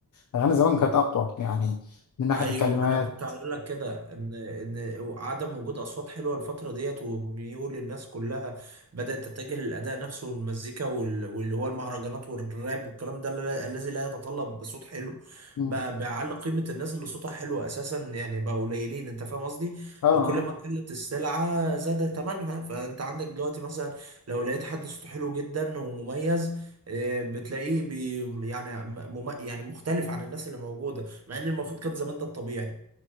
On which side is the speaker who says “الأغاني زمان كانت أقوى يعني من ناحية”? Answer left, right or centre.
Left